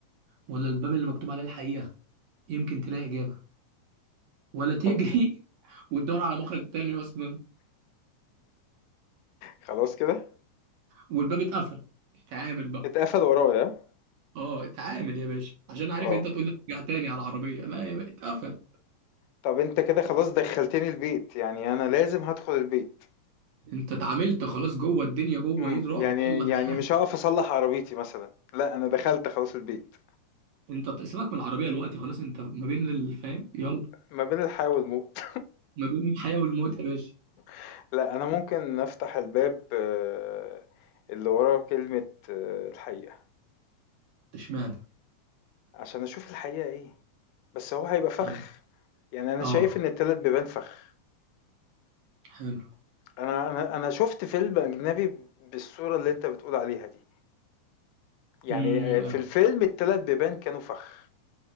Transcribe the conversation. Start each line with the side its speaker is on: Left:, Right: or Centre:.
Right: ولا الباب اللي مكتوب عليه الحقيقة يمكن تلاقي إجابة ولا تجري
Left: خل
Right: <laughs> وتدور على مخرج تاني أصلا
Left: خلاص كده؟
Right: والباب اتقفل اتعامل بقى
Left: اتقفل ورايا،
Right: اه اتعامل يا باشا عشان عارف
Left: آه.
Right: انت تقول لي ارجع تاني على العربيه لا يا باشا اتقفل
Left: طَب أنت كده خلاص دخّلتني البيت، يعني أنا لازم هادخل البيت.
Right: انت اتعاملت خلاص جوه الدنيا جوه
Left: امم
Right: ايه رعب
Left: يعني
Right: يلا
Left: يعني
Right: <laughs>
Left: مش هقف اصلح عربيتي مثلا لا انا دخلت خلاص البيت
Right: انت ت- سيبك من العربيه دلوقتي خلاص انت ما بين الفهم يلا
Left: ما بين الحياة والموت
Right: ما بين الحياه والموت يا باشا
Left: <laughs> لا انا ممكن افتح الباب آه، اللي وراه كلمة آه، الحقيقة
Right: اشمعنى
Left: عشان اشوف الحقيقة ايه بس هو هيبقى فخ
Right: طب
Left: يعني انا
Right: اه
Left: شايف ان التلات بيبان فخ
Right: حلو
Left: انا انا انا شفت فيلم اجنبي بالصورة اللي انت بتقول عليها دي يعني
Right: امم،
Left: آه،
Right: اه.
Left: في الفيلم التلات بيبان كانوا فخ